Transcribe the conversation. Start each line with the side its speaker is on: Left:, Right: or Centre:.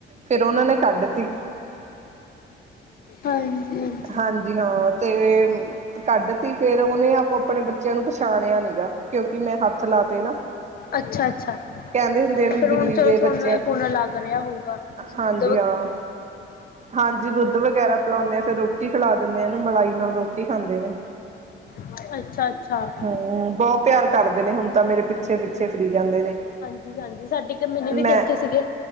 Right: ਫੇਰ ਓਨਾਂ ਨੇ ਕੱਡਤੀ।
Left: ਹਾਂਜੀ।
Right: ਹਾਂਜੀ ਹੌਰ ਤੇ ਕੱਢ ਤੀ ਫੇਰ ਓਨੇ ਆਪਾਂ ਆਪਣੇ ਬੱਚਿਆਂ ਨੂੰ ਪਛਾਣਿਆ ਨੀ ਗਾ ਕਿਉਂਕੀ ਮੈਂ ਹੱਥ ਲਾ ਤੇ ਨਾ।
Left: ਅੱਛਾ-ਅੱਛਾ
Right: ਕਹਿੰਦੇ ਹੁੰਦੇ ਆ ਵੀ
Left: ਫੇਰ
Right: ਬਿੱਲੀ
Left: ਹੁਣ ਚਲ
Right: ਦੇ
Left: ਤੁਹਾਨੂੰ
Right: ਬੱਚਿਆਂ
Left: ਏ ਪੁੰਨ ਲੱਗ ਰੇਆ ਹੋਊਗਾ, ਤੁਸੀਂ
Right: ਹਾਂਜੀ
Left: ਦੂਜ
Right: ਹਾਂ, ਹਾਂਜੀ ਦੁੱਧ ਵਗੈਰਾ ਪਿਲਾਉਂਣੇੇ ਆਂ ਫਰ ਰ ਰੋਟੀ ਖਿਲਾ ਦੇਂਨੇ ਆਂ ਨੂੰ ਮਲਾਈ ਨਾਲ ਰੋਟੀ ਖਾਂਦੇ ਨੇ।
Left: ਹੋ ਅੱਛਾ ਅੱਛਾ
Right: ਹੂੰ ਬੌ ਪਿਆਰ ਕਰਦੇ ਨੇ ਹੁਣ ਤਾਂ ਮੇਰੇ ਪੀਛੇ-ਪੀਛੇ ਫੀਰੀ ਜਾਂਦੇ ਨੇ।
Left: ਹਾਂਜੀ ਸਾਡੇ ਇੱਕ ਮੈਨੂੰ ਵੀ
Right: ਮੈਂ
Left: ਦੇਖੇ ਸੀਗੇ